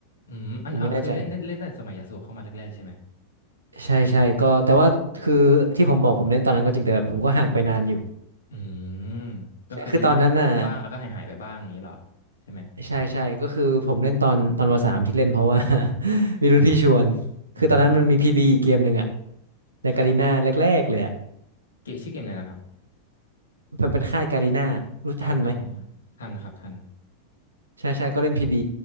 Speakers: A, on the left; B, on the right.
A: อืมอันอ่ะคือเล่นเล่นเล่นตั้งแต่สมัยยาสูบเข้ามาแรกๆใช่ไหม
B: ผมไม่แน่ใจ ใช่ใช่ก็แต่ว่าคือที่ผมบอกผมเล่นตอนนั้นก็จริงแต่แบบผมก็ห่างไปนานอยู่
A: อืมก็คือเล่นเล่นเล่นบ้างแล้วก็หายหายไปบ้างอย่างนี้เหรอใช่ไหม
B: ใช่คือตอนนั้นน่ะใช่ใช่ก็คือผมเล่นตอนตอนวสามที่เล่นเพราะว่า <laughs> มีรุ่นพี่ชวน
A: อืม
B: คือตอนนั้นมันมีพีบีอีกเกมหนึ่งอะในกาลีนาแรกๆเลยอะ
A: ครับเกมชื่อเกมอะไรนะครับ
B: มันเป็นค่ายกาลีนารู้ทันไหม
A: อ๋อการินาทันครับทัน
B: ใช่ใช่ก็เล่นพีบี